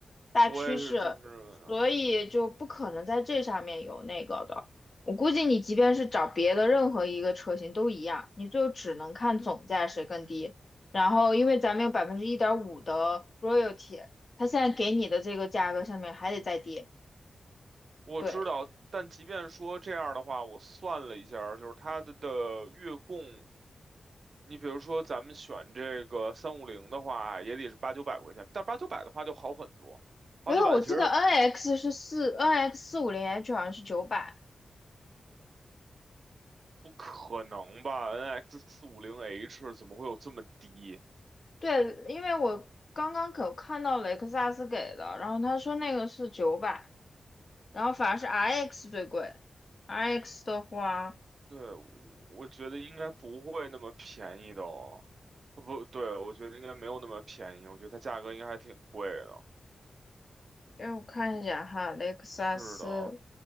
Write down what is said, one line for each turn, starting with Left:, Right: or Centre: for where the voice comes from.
Left: 大趋势，
Right: 我也是这么认为的。
Left: 所以就不可能在这上面有那个的。我估计你即便是找别的任何一个车型都一样，你最后只能看总价谁更低。然后，因为咱们有百分之一点五的 royalty，它现在给你的这个价格上面还得再低。
Right: 我知道，
Left: 对，
Right: 但即便说这样的话，我算了一下儿就是它的的月供，你比如说咱们选这个三五零的话，也得是八九百块钱，但八九百的话就好很多，八九百其实
Left: 没有，我记得 NX 是四，NX 四五零 H 好像是九百。
Right: 不可能吧？NX 四五零 H 怎么会有这么低？
Left: 对，因为我刚刚可看到雷克萨斯给的，然后他说那个是九百，然后反而是 RX 最贵。RX 的话，
Right: 对，我我觉得应该不会那么便宜的哦。不对，我觉得应该没有那么便宜，我觉得它价格应该还挺贵的。
Left: 让我看一下哈，雷克萨斯，
Right: 是的，